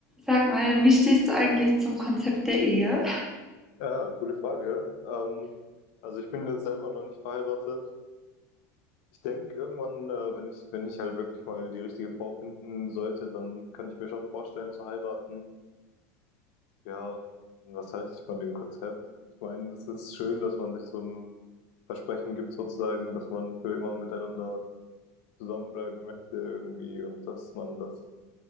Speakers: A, in the centre; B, on the left (about 60°).
A: Sag mal, wie stehst du eigentlich zum Konzept der Ehe?
B: Ja, ja, coole Frage. Ähm, also ich bin jetzt selber noch nicht verheiratet. Ich denke, irgendwann, äh, wenn ich, wenn ich halt wirklich mal die richtige Frau finden sollte, dann kann ich mir schon vorstellen zu heiraten. Ja, und was halte ich von dem Konzept? Ich meine, es ist schön, dass man sich so ein Versprechen gibt, sozusagen, dass man für immer miteinander zusammenbleiben möchte irgendwie und dass man das